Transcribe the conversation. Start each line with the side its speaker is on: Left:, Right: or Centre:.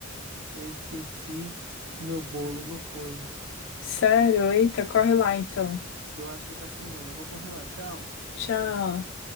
Right: eu esqueci o meu bolo no forno.
Left: sério? Eita, corre lá então.
Right: Eu acho que tá queimando. Eu vou correr lá, tchau.
Left: Tchau.